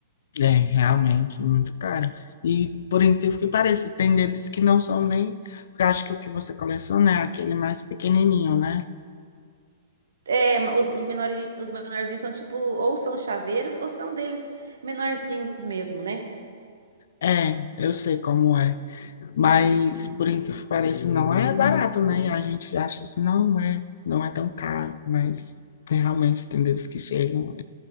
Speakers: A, on the left (about 65°); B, on the right (about 75°).
A: É, realmente, muito caro. E por incrível que pareça, tem deles que não são nem. Porque acho que o que você coleciona é aquele mais pequenininho, né?
B: É, ma- os, os menores, os menorzinhos são tipo, ou são chaveiros, ou são deles menorzinhos mesmo, né?
A: É, eu sei como é. Mas por incrível que pareça, não é barato, né? E a gente já acha assim, não é, não é tão caro, mas tem, realmente tem deles que chegam